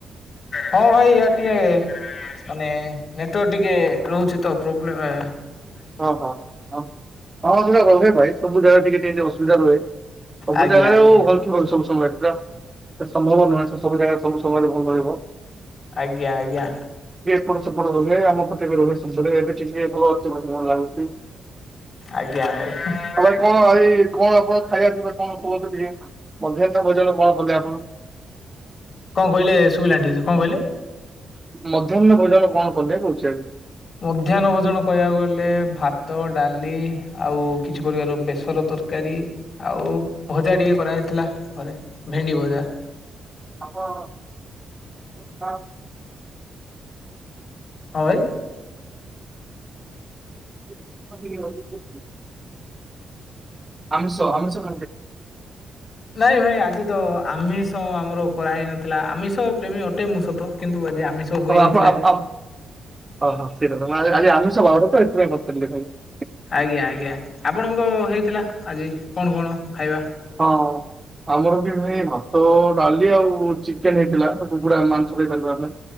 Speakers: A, on the left (about 55°); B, on the right (about 20°).
A: ହଁ ଭାଇ ୟାର ଟିକେ ମାନେ ନେଟ ୱର୍କ ଟିକେ ରହୁଛି ତ ପ୍ରୋବ୍ଲେମ।
B: ହଁ ହଁ ହଁ ହଁ ସେଟା ଭାଇ ସବୁ ଜାଗା ଟିକେ ଅସୁବିଧା ରୁହେ ସବୁ
A: ଆଜ୍ଞା
B: ଜାଗାରେ
A: ଆଜ୍ଞା।
B: ଆଉ ଅଲ ସବୁ ସମୟରେ। ସମ୍ଭବ ନୁହେଁ ସେ ସବୁ ଜାଗା ସବୁ ସମୟରେ ଭଲ ରହିବ।
A: ଆଜ୍ଞା ଆଜ୍ଞା।
B: ପ ସେପଟ ରୁହେ ଆମ ପଟେ ବି ରୁହେ ସବୁ ବେଳେ ଭଲ ଅଛି ବୋଲି ମନ ଲାଗୁଛି।
A: ଆଜ୍ଞା ଭାଇ।
B: ଆଉ ଭାଇ କଣ ଭାଇ କଣ ଆପଣ ଖାଇବା ପିଇବା କଣ କୁ ମଧ୍ୟାହ୍ନ ଭଜନ କଣ କଲେ ଆପଣ?
A: କଣ କହିଲେ ଶୁଭିଲାଣି ଠିକ୍ ସେ କଣ କହିଲେ?
B: ମଧ୍ୟାହ୍ନ ଭୋଜାନ କଣ କଲେ କହୁଛି ଆ
A: ମଧ୍ୟାହ୍ନ ଭୋଜନ କହିବାକୁ ଗଲେ ଭାତ ଡାଲି ଆଉ କିଛି ପରିବାର ବେସର ତ ତରକାରୀ ଆଉ ଭଜା ଟିକେ କରାହେଇଥିଲା ଘରେ ଭେଣ୍ଡି ଭଜା।
B: ଆଉ କଣ
A: ହଁ ଭାଇ।
B: <inaudible> ଆମିଷ ଆମିଷ
A: ନାଇଁ ଭାଇ ଆଜି ତ ଆମିଷ ଆମର କରାହେଇ ନଥିଲା ଆମିଷ ପ୍ରେମୀ ଅଟେ ମୁଁ ସତ କିନ୍ତୁ ଆଜି ଆମିଷ ହୋଇନଥିଲା।
B: ହଁ ହଁ ହଁ ଆଜି ଆମିଷ <unintelligible>
A: ଆଜ୍ଞା ଆଜ୍ଞା ଆପଣଙ୍କ ହେଇଥିଲା ଆଜି କଣ କଣ? ଖାଇବା?
B: ହଁ। ଆମର ବି ଭାଇ ଭାତ ଡାଲି ଆଉ ଚିକେନ ହେଇଥିଲାୁ ପଡା ମାଂସ ଖପାର ପାର ନା